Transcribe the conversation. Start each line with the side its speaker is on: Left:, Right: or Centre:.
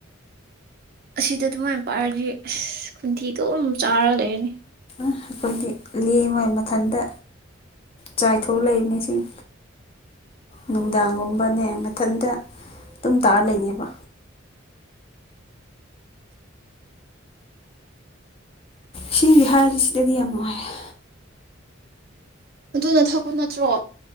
Right: ꯑꯁꯤꯗ ꯑꯗꯨꯃꯥꯏꯅ ꯄꯥꯏꯔꯗꯤ ꯑꯁ ꯈꯨꯟꯊꯤꯗꯣ ꯆꯥꯔꯒ ꯂꯩꯔꯅꯤ
Left: ꯑꯩꯈꯣꯏꯒꯤ ꯂꯦꯝꯉꯣꯏ ꯃꯊꯟꯗ ꯆꯥꯏꯊꯣꯛ ꯂꯩꯕ ꯃꯤꯁꯤꯡ ꯅꯨꯡꯗꯥꯡꯒꯨꯝꯕꯅꯦ ꯃꯊꯟꯇ ꯑꯗꯨꯝ ꯇꯥꯔ ꯂꯩꯅꯦꯕ ꯁꯤꯁ ꯍꯥꯏꯔꯤꯁꯤ ꯁꯤꯗꯗꯤ ꯌꯥꯝ ꯅꯨꯡꯉꯥꯏꯔꯦ
Right: ꯑꯗꯨꯅ ꯊꯛꯄ ꯅꯠꯇ꯭ꯔꯣ